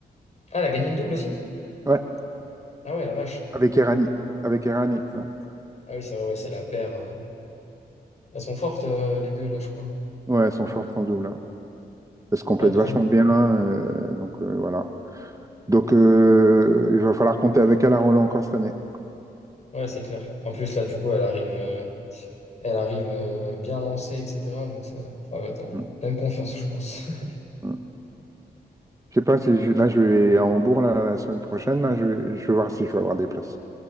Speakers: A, on the left (about 40°); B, on the right (about 20°).
A: Ah, elle a gagné le double aussi?
B: Ouais,
A: Ah ouais, la vache.
B: avec Errani. Avec Errani, ouais.
A: Ah oui, c'est vrai, ouais, c'est la paire. euh. Elles sont fortes, euh, les deux, là, je crois.
B: Ouais, elles sont fortes en double, hein. Elles se complètent
A: Ah putain.
B: vachement bien, euh, donc euh, voilà. Donc euh, il va falloir compter avec elle à Roland encore cette année.
A: Ouais, c'est clair. En plus, là, du coup, elle arrive, euh, elle arrive euh, bien lancée, etc. Donc, ça, ça va être en
B: Mm,
A: pleine confiance, je pense. <laughs>
B: mm. Je sais pas si je- là je vais à Hambourg là, la semaine prochaine, là je, vais- je vais voir si je vais avoir des places.